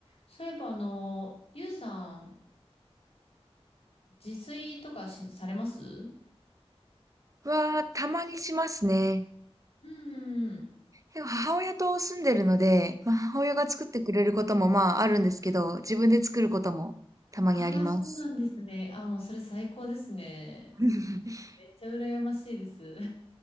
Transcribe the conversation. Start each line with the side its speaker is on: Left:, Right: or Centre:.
Left: そういえば、あの、ゆうさん、自炊とかし、されます
Right: は、たまにしますね。
Left: うんうん。
Right: でも母親と住んでるので、まあ、母親が作ってくれることもまああるんですけど、自分で作ることもたまにあります。
Left: ああ、そうなんですね。ああ、もうそれ最高ですね。
Right: <laughs>
Left: めっちゃ羨ましいです。